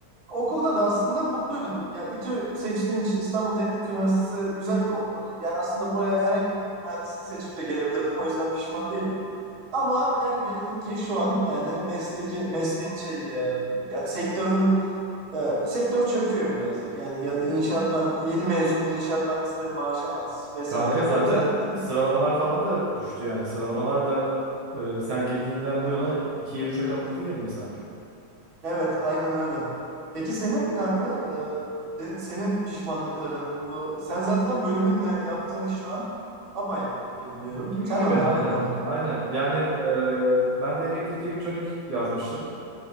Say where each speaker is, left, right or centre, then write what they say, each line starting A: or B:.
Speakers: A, on the right (about 80°); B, on the right (about 65°).
A: okulda da aslında mutluydum. Ya İTÜ seçtiğim için İstanbul Teknik Üniversitesi güzel bir okul. Yani aslında buraya herhangi bir mühendislik seçip de gelebilirdim. O yüzden pişman değilim. Ama gel gelelim ki şu an yani mesleki mesleğin şey e, yani sektörün e, sektör çöküyor birazcık. Yani ya da inşaat ben yeni mezun inşaat mühendislerin maaşı az vesaire.
B: Kanka zaten
A: O yüzden
B: sıralamalar
A: yani
B: falan da düştü yani. Sıralamalar da e, sen girdiğinden bu yana ikiye üçe katladı kendini sanki.
A: Evet, aynen öyle. Peki senin kanka, e, se- senin pişmanlıkların bu sen zaten bölümünle yaptığın iş şu an apayrı diyebiliyorum.
B: Gibi
A: Sen
B: gibi
A: anlat
B: aynen.
A: bakalım.
B: Aynen. Yani e, ben de elektrik elektronik yazmıştım.